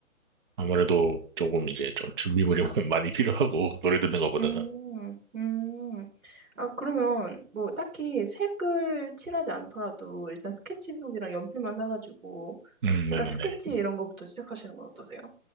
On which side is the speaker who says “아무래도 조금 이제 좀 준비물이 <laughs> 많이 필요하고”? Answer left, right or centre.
Right